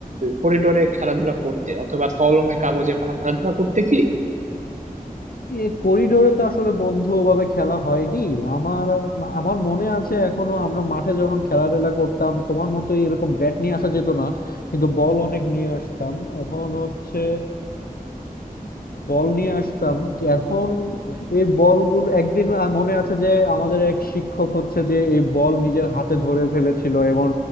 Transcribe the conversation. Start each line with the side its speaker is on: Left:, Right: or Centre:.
Right: করিডোরে খেলাধুলা করতে অথবা কলমে কাগজে কোনো খেলাধুলা করতে কি
Left: এই করিডোরে তো আসলে বন্ধু ওভাবে খেলা হয়নি আমার আমার মনে আছে এখনো আমরা মাঠে যখন খেলাধুলা করতাম তোমার মতো এরকম ব্যাট নিয়ে আসা যেত না কিন্তু বল অনেক নিয়ে আসতাম এখন হচ্ছে বল নিয়ে আসতাম কি এখন এই বলগুলো একদিন আ- মনে আছে যে আমাদের এক শিক্ষক হচ্ছে যে এই বল নিজের হাতে ধরে ফেলেছিল এবং